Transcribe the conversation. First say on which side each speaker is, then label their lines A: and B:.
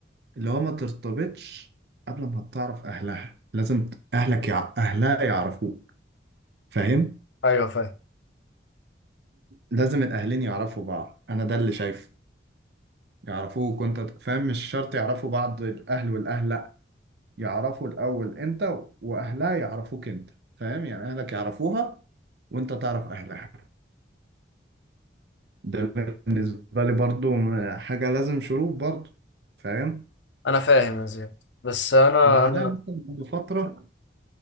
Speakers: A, on the right (about 60°); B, on the left (about 75°).
A: اللي هو ما ترتبطش قبل ما تعرف اهلها لازم اهلك يع... اهلها يعرفوك فاهم
B: ايوه فاهم
A: لازم الاهلين يعرفوا بعض انا ده اللي شايفه يعرفوك وانت فاهم مش شرط يعرفوا بعض الاهل والاهل يعرفوا الأول أنت وأهلها يعرفوك أنت فاهم يعني أهلك يعرفوها وأنت تعرف أهلها ده بالنسبة لي برضو حاجة لازم شروط برضو فاهم
B: انا فاهم يا زياد بس انا
A: وبعدها
B: انا
A: مثلا بعد فترة